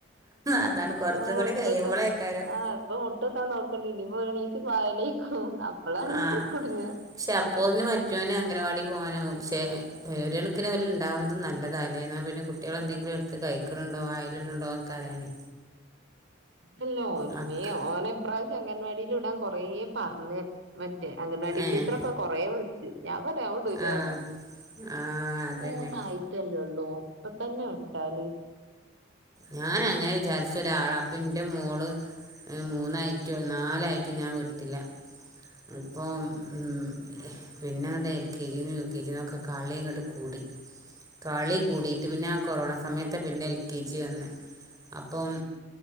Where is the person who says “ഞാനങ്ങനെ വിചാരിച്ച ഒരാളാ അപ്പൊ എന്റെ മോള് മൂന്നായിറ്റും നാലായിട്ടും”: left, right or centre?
Right